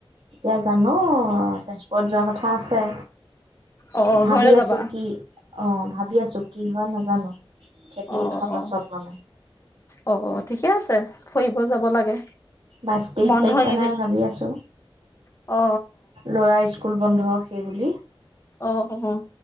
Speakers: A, on the right; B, on the left.
A: এতিয়া জানো তেজপুৰত যোৱাৰ কথা আছে।
B: অ
A: ভাবি
B: ঘৰলে যাবা?
A: আছো। কি অ, ভাবি আছো। কি হয় নাজানো। খেতি
B: অ',
A: উঠাৰ পাছত মানে।
B: অ, অ, ঠিকে আছে। ফুৰিব যাব লাগে।
A: বাইছ তেইশ
B: বন্ধ
A: তাৰিখ
B: এইকেইদিন
A: মানে ভাবি আছো
B: অ
A: লৰা স্কুল বন্ধ সেই বুলি।
B: অ', অ'